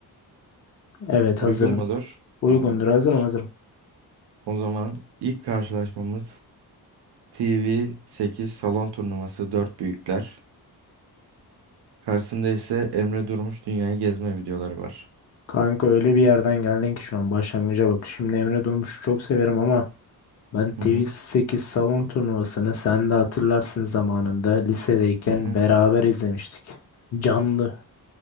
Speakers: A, on the left (about 40°); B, on the right (about 85°).
A: Evet
B: Uygun
A: hazırım.
B: mudur?
A: Uygundur
B: Tamamdır.
A: hazırım hazırım.
B: O zaman ilk karşılaşmamız TV8 salon turnuvası 4 büyükler. Karşısında ise Emre Durmuş dünyayı gezme videoları var.
A: Kanka öyle bir yerden geldin ki şu an başlangıca bak. Şimdi Emre Durmuş'u çok severim ama ben TV8
B: Hı hı.
A: salon turnuvasını sen de hatırlarsın zamanında lisedeyken
B: Hı hı.
A: beraber izlemiştik. Canlı.